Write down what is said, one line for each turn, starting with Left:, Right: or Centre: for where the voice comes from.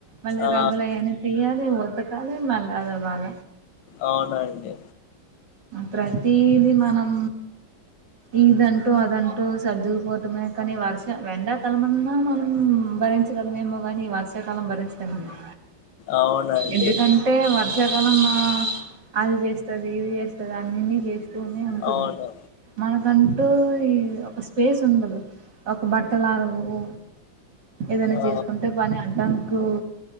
Right: మళ్ళీ
Left: ఆ!
Right: రగ్గులయని తీయాలి ఉతకాలి మళ్ళీ అదో బాద
Left: అవునండి
Right: ప్రతిది మనం ఇదంటూ అదంటూ సర్దుకుపోవటమే కానీ వర్ష ఎండాకాలమన్నా మనం భరించగలమేమో కానీ ఈ వర్షాకాలం భరించలేమండి
Left: అవునండి.
Right: ఎందుకంటే వర్ష వర్ష కాలం అది చేస్తది ఇది చేస్తది అన్ని చేస్తూనే ఉంటుంది
Left: అవును.
Right: మనకంటు ఈ ఒక స్పేస్ ఉండదు ఒక బట్టలు ఆరవు ఏదైనా
Left: ఆ!
Right: చేసుకుంటే పని అడ్డంకు